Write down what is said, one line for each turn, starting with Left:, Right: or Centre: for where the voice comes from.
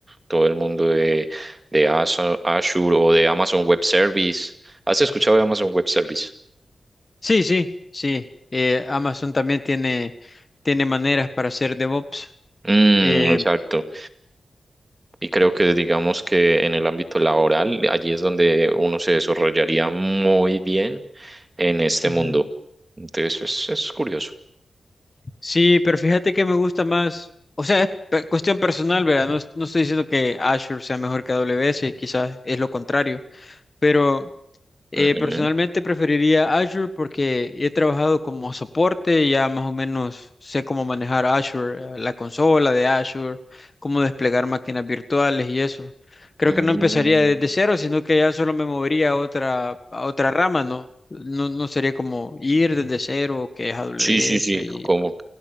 Right: todo el mundo de, de Azu- Azure o de Amazon Web Service. ¿Has escuchado de Amazon Web Service?
Left: Sí, sí, sí. Eh, Amazon también tiene, tiene maneras para hacer DevOps.
Right: Mm,
Left: Eh,
Right: exacto. Y creo que digamos que en el ámbito laboral, allí es donde uno se desarrollaría muy bien en este
Left: ujú.
Right: mundo. Entonces es, es curioso.
Left: Sí, pero fíjate que me gusta más. O sea, es pe- cuestión personal, ¿verdad? No, es- no estoy diciendo que Azure sea mejor que AWS, quizás es lo contrario. Pero Eh,
Right: Ujú.
Left: personalmente preferiría Azure porque he trabajado como soporte, ya más o menos sé cómo manejar Azure, eh, la consola de Azure, cómo desplegar máquinas virtuales y eso. Creo
Right: Mm.
Left: que no empezaría desde cero, sino que ya solo me movería a otra, a otra rama, ¿no? No, no sería como ir desde cero, que es AWS
Right: Sí, sí, sí,
Left: y...
Right: como